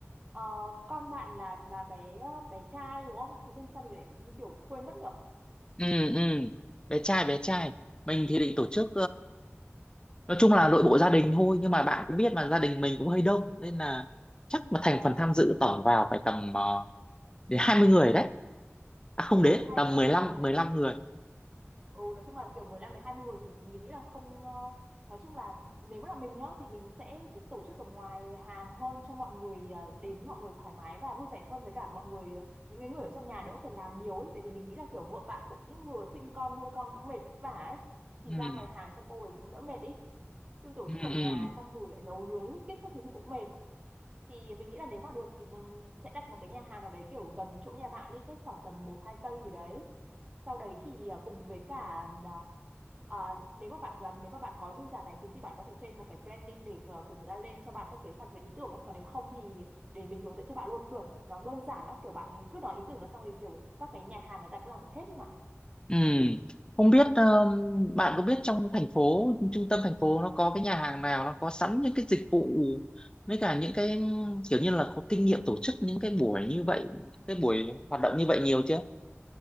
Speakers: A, on the right (about 25°); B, on the left (about 20°).
A: Ờ, con bạn là là bé ờ, bé trai đúng không? Tự nhiên sao mình lại như kiểu quên mất nhở?
B: Ừ, ừ, bé trai, bé trai. Mình thì định tổ chức nói chung là nội bộ gia đình thôi nhưng mà bạn cũng biết mà gia đình mình cũng hơi đông nên là chắc mà thành
A: Ờ,
B: phần tham dự tổng vào phải tầm ờ, đến 20 người đấy à không
A: em
B: đến
A: ơi hai
B: tầm
A: bên
B: mười
A: thật
B: lăm
A: á.
B: mười lăm người
A: ừ nói chung là kiểu 15 đến 20 người thì mình nghĩ là không ờ, nói chung là nếu là mình nhá thì mình sẽ thích tổ chức ở ngoài hàng hơn cho mọi người ờ, đến mọi người thoải mái và vui vẻ hơn với cả mọi người ờ, những cái người ở trong nhà đỡ phải làm nhiều ấy tại vì mình nghĩ là kiểu vợ bạn cũng vừa sinh con nuôi con cũng mệt vất vả ấy thì
B: ừ,
A: ra ngoài hàng cho cô ấy cũng đỡ mệt ý chứ tổ
B: ừ,
A: chức ở nhà
B: ừ,
A: xong rồi lại nấu nướng lít kích các thứ thì cũng mệt thì mình nghĩ là nếu mà được thì mình sẽ đặt một cái nhà hàng nào đấy kiểu gần chỗ nhà bạn đi cách khoảng tầm một hai cây gì đấy sau đấy thì à, cùng với cả à, à, nếu mà bạn à, nếu mà bạn có dư giả tài chính thì bạn có thể thuê một cái planning để à, kiểu người ta lên cho bạn các kế hoạch về ý tưởng ấy còn nếu không thì để mình hướng dẫn cho bạn luôn cũng được nó đơn giản lắm kiểu bạn cứ nói ý tưởng ra xong thì kiểu các cái nhà hàng người ta cũng làm được hết ý mà
B: ừ. không biết ờ, bạn có biết trong thành phố trung tâm thành phố nó có cái nhà hàng nào nó có sẵn những cái dịch vụ với cả những cái kiểu như là có kinh nghiệm tổ chức những cái buổi như vậy cái buổi hoạt động như vậy nhiều chưa